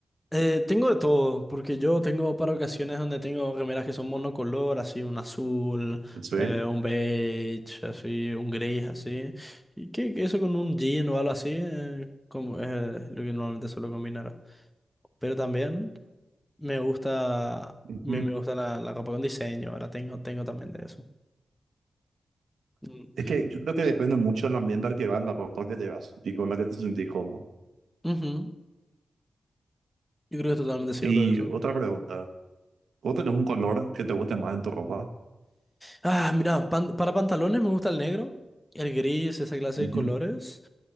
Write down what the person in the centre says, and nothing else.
Eh, tengo de todo, porque yo tengo para ocasiones donde tengo remeras que son monocolor, así un azul,
eh, un beige, así, un gris, así. Y que, que eso con un jean o algo así, eh, como es lo que normalmente suelo combinar. Pero también me gusta,
me, me gusta la, la ropa con diseño, ahora tengo, tengo también de eso. Mm.
Ujú. Yo creo que es totalmente cierto
eso.
Ah, mira, pan- para pantalones me gusta el negro, el gris, esa clase
de colores.